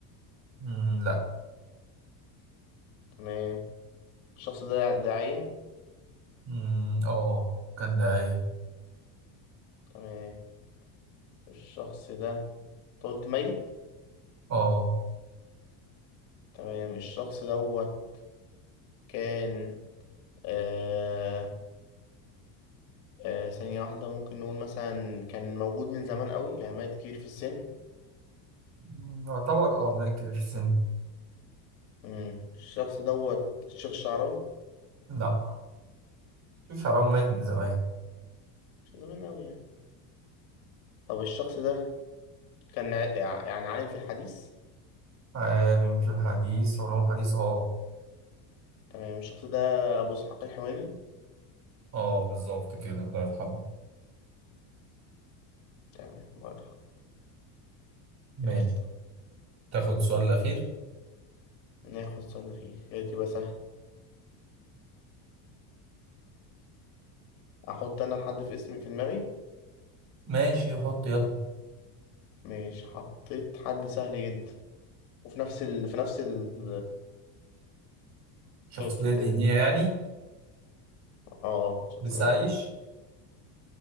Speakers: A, on the right; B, on the left.
A: مم، لا
B: تمام الشخص ده داعية
A: مم، اه كان داعية
B: تمام الشخص ده أنت قلت ميت
A: اه
B: تمام الشخص دوت كان آه آه ثانية واحدة ممكن نقول مثلا كان موجود من زمان قوي يعني ميت كبير في السن
A: مم، يعتبر اه ميت كبير في السن
B: مم. الشخص دوت الشيخ الشعراوي
A: لا في حرام ميت من زمان
B: مش زمان قوي يعني طب الشخص ده كان ع- يعني عالم في الحديث
A: عالم في الحديث علوم حديث اه
B: تمام الشخص ده أبو إسحاق الحويني
A: اه بالظبط كده الله يرحمه
B: تمام الله يرحمه
A: ماشي
B: قشطة
A: تاخد السؤال الأخير
B: ناخد سؤال أخير يا ريت يبقى سهل أحط أنا حد في اسمي في دماغي
A: ماشي حط يلا
B: ماشي حطيت حد سهل جدا وفي نفس ال... في نفس ال...
A: شخصية
B: الحتة
A: دينية
B: دي
A: يعني
B: اه الشخصية
A: لسه عايش
B: دي